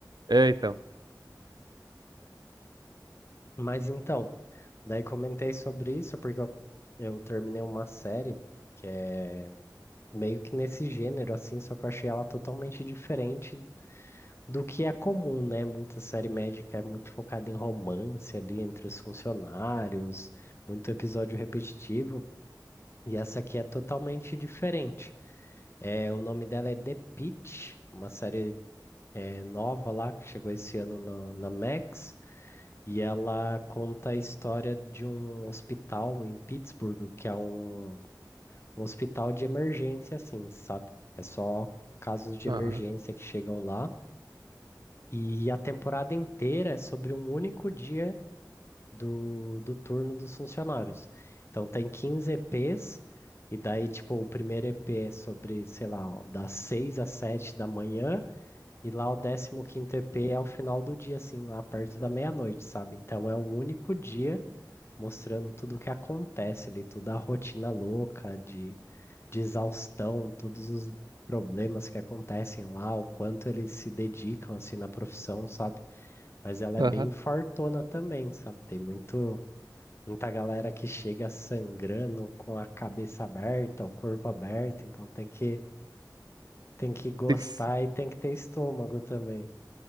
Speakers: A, on the right (about 70°); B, on the left (about 35°).
A: É, então.
B: Mas então, daí comentei sobre isso porque eu, eu terminei uma série que é meio que nesse gênero, assim, só que eu achei ela totalmente diferente do que é comum, né? Muita série médica é muito focada em romance ali entre os funcionários, muito episódio repetitivo, e essa aqui é totalmente diferente. É, o nome dela é The Pitt, uma série é, nova lá que chegou esse ano na, na Max, e ela conta a história de um hospital em Pittsburgh, que é um, um hospital de emergência, assim, sabe? É só casos de
A: Aham.
B: emergência que chegam lá. E a temporada inteira é sobre um único dia do, do turno dos funcionários. Então tem 15 EPs, e daí, tipo, o primeiro EP é sobre, sei lá, ó, das 6 às 7 da manhã, e lá o 15º EP é ao final do dia, assim, lá perto da meia-noite, sabe? Então é um único dia mostrando tudo o que acontece ali, toda a rotina louca de, de exaustão, todos os problemas que acontecem lá, o quanto eles se dedicam, assim, na profissão, sabe? Mas ela
A: Aham.
B: é bem fortona também, sabe? Tem muito, muita galera que chega sangrando com a cabeça aberta, o corpo aberto, então tem que, tem que gostar
A: Tem que se-
B: e tem que ter estômago também,